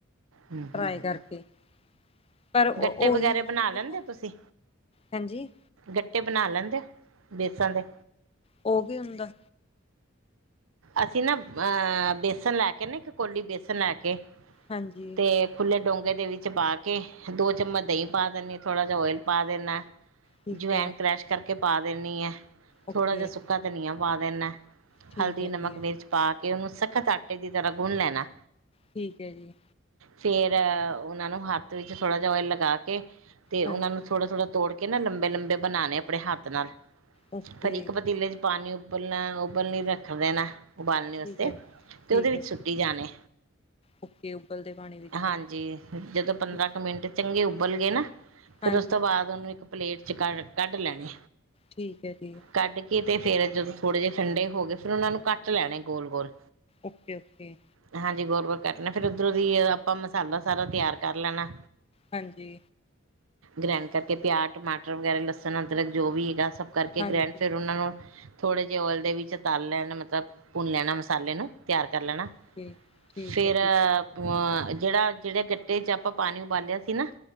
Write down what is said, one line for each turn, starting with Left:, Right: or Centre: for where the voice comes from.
Right: ਹੂੰ
Left: ਟਰਾਈ
Right: ਹੂੰ
Left: ਕਰਕੇ। ਪਰ ਓ
Right: ਗੱਟੇ
Left: ਓਹੀ
Right: ਵਗੈਰਾ
Left: ਹੈ ਨਾ
Right: ਬਣਾ
Left: ਮਤਲਬ,
Right: ਲੈਂਦੇ ਹੋ ਤੁਸੀਂ
Left: ਹਾਂਜੀ।
Right: ਗੱਟੇ ਬਨਾ ਲੈਂਦੇ ਓ, ਬੇਸਨ ਦੇ?
Left: ਓ ਕੀ ਹੁੰਦਾ?
Right: ਅਸੀ ਨਾ, ਅ ਬੇਸਨ ਲੈ ਕੇ ਨਾ ਇੱਕ ਕੋਲੀ ਬੇਸਨ ਲੈ ਕੇ,
Left: ਹਾਂਜੀ
Right: ਤੇ ਖੁੱਲੇ ਡੋਂਗੇ ਦੇ ਵਿੱਚ ਪਾ ਕੇ, ਦੋ ਚਮੱਚ ਦਹੀਂ ਪਾ ਦੇਨੀ ਥੋੜਾ ਜਾ ਓਏਲ ਪਾ ਦੇਨੈ
Left: ਠੀਕ
Right: ਜਵੈਨ
Left: ਹੈ
Right: ਕਰੈਸ਼ ਕਰਕੇ ਪਾ ਦੇਨੀ ਏ,
Left: ਓਕੇ
Right: ਥੋੜਾ ਜਾ ਸੁੱਕਾ ਧਨੀਆ ਪਾ ਦੇਨੈ।
Left: ਠੀਕ
Right: ਹਲਦੀ,
Left: ਹੈ
Right: ਨਮਕ,
Left: ਜੀ
Right: ਮਿਰਚ ਪਾ ਕੇ ਓਨੂੰ ਸਖਤ ਆਟੇ ਦੀ ਤਰਾ ਗੁੰਨ ਲੈਨੈ।
Left: ਠੀਕ ਏ ਜੀ।
Right: ਫੇਰ ਓਨਾਂ ਨੂੰ ਹਾੱਤ ਵਿੱਚ ਥੋੜਾ ਜਾ ਓਏਲ ਲਗਾ ਕੇ, ਤੇ
Left: ਹਾਂਜੀ
Right: ਓਨਾਂ ਨੂੰ ਥੋੜਾ-ਥੋੜਾ ਤੋੜ ਕੇ ਨਾ, ਲੰਬੇ-ਲੰਬੇ ਬਨਾਨੇ ਅਪਨੇ ਹਾੱਤ ਨਾਲ,
Left: ਓਕੇ
Right: ਫਿਰ ਇੱਕ ਪਤੀਲੇ ਚ ਪਾਨੀ ਉੱਬਲਨੈ-ਉਬਲਨੇ ਰੱਖ ਦੇਨੈ, ਉਬਾਲਨੇ ਵਸਤੇ,
Left: ਠੀਕ ਹੈ ਠੀਕ
Right: ਤੇ ਓਦੇ ਵਿੱਚ
Left: ਹੈ
Right: ਸੁੱਟੀ ਜਾਨੇ।
Left: ਓਕੇ ਉਬਲਦੇ ਪਾਣੀ ਵਿੱਚ।
Right: ਹਾਂਜੀ ਜਦੋਂ
Left: ਹਾਂਜੀ
Right: ਪੰਦਰਾਂ ਕ ਮਿੰਟ ਚੰਗੇ ਉਬਲ ਗਏ ਨਾ, ਫੇਰ
Left: ਹਾਂਜੀ
Right: ਉਸ ਤੋਂ ਬਾਦ ਉਨੂੰ ਇੱਕ ਪਲੇਟ ਚ ਕਾ ਕੱਡ ਲੈਣੇ।
Left: ਠੀਕ ਏ ਜੀ।
Right: ਕਾੱਡ ਕੇ ਤੇ ਫੇਰ ਜਦੋ ਥੋੜੇ ਜੇ ਠੰਡੇ ਹੋਗੇ ਫੇਰ ਓਨਾ ਨੂੰ ਕਾੱਟ ਲੈਣੇ ਗੋਲ-ਗੋਲ।
Left: Okay, okay.
Right: ਹਾਂਜੀ, ਗੋਲ-ਗੋਲ ਕੱਟਨੈ, ਫੇਰ ਉਦਰੋਂ ਦੀ ਆਪਾਂ ਮਸਾਲਾ ਸਾਰਾ ਤੇਆਰ ਕਾਰ ਲੈਨੈ।
Left: ਹਾਂਜੀ।
Right: ਗ੍ਰੈਂਡ ਕਰਕੇ ਪੇਆਜ, ਟਮਾਟਰ ਵਗੈਰਾ ਲਸਨ, ਅੰਦਰਕ ਜੋ ਵੀ ਹੈਗਾ ਸਬ ਕਰਕੇ
Left: ਹਾਂਜੀ
Right: ਗ੍ਰੈਡ, ਫੇਰ ਓਨਾਂ ਨੂੰ ਥੋੜੇ ਜੇ ਓਏਲ ਦੇ ਵਿੱਚ ਤਲ ਲੈਣ ਮਤਲਬ ਭੁੰਨ ਲੈਣਾ ਮਸਾਲੇ ਨੂੰ, ਤੇਆਰ ਕਰ ਲੈਣਾ
Left: ਓਕੇ ਠੀਕ
Right: ਫੇਰ
Left: ਹੈ
Right: ਅ
Left: ਜੀ
Right: ਜੇੜਾ, ਜੇੜੇ ਗੱਟੇ ਚ ਆਪਾਂ ਪਾਨੀ ਉਬਾਲੇਆ ਸੀ ਨਾ,